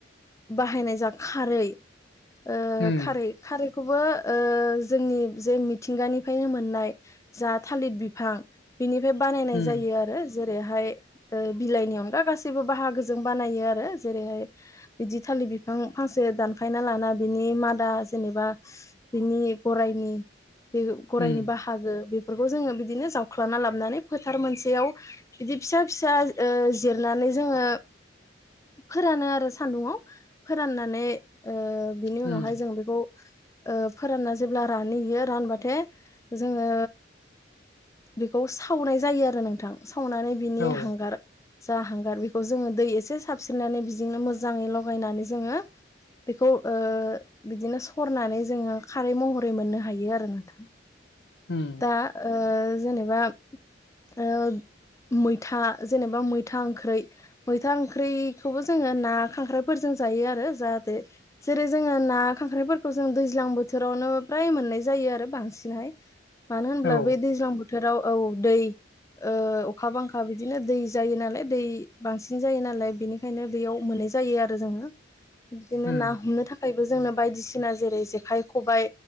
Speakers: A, on the left; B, on the left.
A: बाहायनाय जा खा रै ओ
B: उम
A: खारै खारैखौबो ओ जोंनि जे मिथिंगानिफ्रायनो मोननाय जा थालिर बिफां बिनिफ्राय बानायनाय
B: उम
A: जायो आरो जेरैहाय ओ बिलाइनि अनगा गासिबो बाहागोजों बानायो आरो जेरैहाय बिदि था लि बिफां फांसे दानफायना लाना बिनि मादा जेनेबा बिनि गरायनि बे गराइनि
B: उम
A: बाहागो बे बेखौ जोङो बिदिनो जावख्लना लाबनानै फोथार मोनसेयाव बिदि फिसा फिसा ओ जिरनानै जोङो फोरानो आरो सान्दुं आव फोराननानै ओ बिनि
B: उम
A: उनावहाय जों बेखौ ओ फोरानना जेब्ला रानहैयो रानबाथाय जोङो बेखौ सावनाय जायो आरो नोंथां सावनानै बिनि
B: औ
A: हांगार जा हांगार बेखौ जोङो दै एसे साबस्रिनानै बिजोंनो मोजाङै लगायनानै जोङो बेखौ ओ बिदिनो सरनानै जोङो खारै महरै मोननो हायो आरो नोंथां
B: उम
A: दा ओ जेनेबा ओ मैथा जेनेबा मैथा ओंख्रै मैथा ओंख्रिखौबो जोङो ना खांख्राइफोरजों जायो आरो जाहाथे जेरै जोङो ना खांख्रायफोरखौ जोङो दैज्लां बोथोरावनो फ्राय मोननाय जायो आरो बांसिनहाय मानो होनब्ला
B: औ
A: बै दैज्लां बोथोराव औ दै ओ अखा बांखा बिदिनो दै जायो नालाय दै बांसिन जायो नालाय बेनिखायनो दैयाव मोनो जायो आरो जोङो बिदिनो
B: उम
A: ना हमनो थाखाय जोंनो बायदिसिना जेरै जेखाय खबाय